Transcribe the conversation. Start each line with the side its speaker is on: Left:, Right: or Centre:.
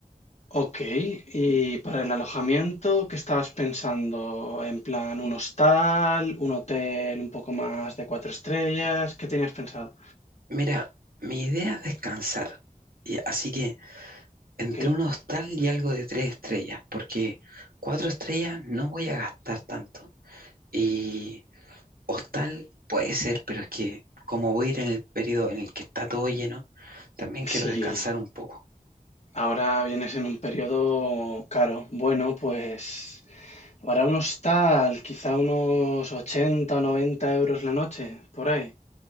Left: Ok, y para el alojamiento, ¿qué estabas pensando? ¿En plan un hostal, un hotel un poco más de cuatro estrellas? ¿Qué tenías pensado?
Right: Mira, mi idea es descansar. Y así que
Left: Ok,
Right: entre un hostal y algo de 3 estrellas, porque 4 estrellas no voy a gastar tanto. Y hostal puede ser, pero es que como voy a ir en el periodo en el que está todo lleno, también
Left: si
Right: quiero descansar un poco
Left: ahora vienes en un periodo caro, bueno, pues para un hostal, quizá unos 80, o 90 euros la noche, por ahí.